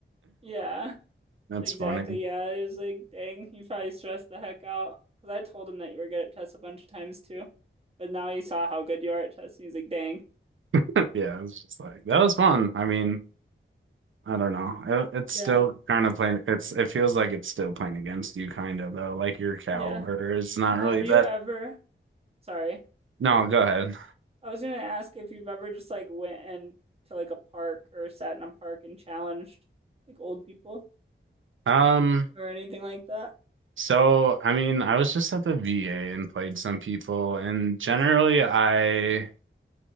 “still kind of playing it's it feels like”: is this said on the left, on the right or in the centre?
Right